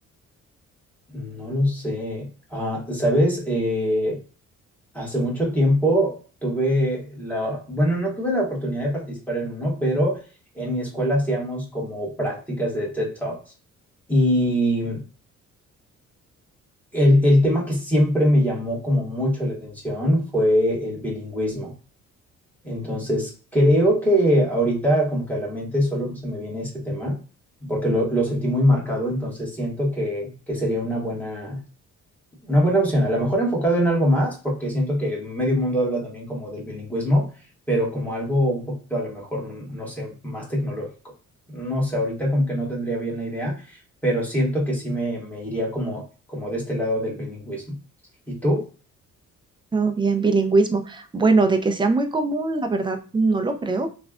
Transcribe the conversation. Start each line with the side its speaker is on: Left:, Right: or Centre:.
Centre: No lo sé. Ah, ¿sabes? Eh, hace mucho tiempo tuve la, bueno, no tuve la oportunidad de participar en uno, pero en mi escuela hacíamos como prácticas de TED Talks. Y el, el tema que siempre me llamó como mucho la atención fue el bilingüismo. Entonces, creo que ahorita como que a la mente solo se me viene ese tema, porque lo, lo sentí muy marcado, entonces siento que, que sería una buena, una buena opción. A lo mejor enfocado en algo más, porque siento que medio mundo habla también como del bilingüismo, pero como algo un poquito a lo mejor, mm, no sé, más tecnológico. No sé, ahorita como que no tendría bien la idea, pero siento que sí me, me iría como, como de este lado del bilingüismo. ¿Y tú?
Right: Oh, bien, bilingüismo. Bueno, de que sea muy común, la verdad no lo creo,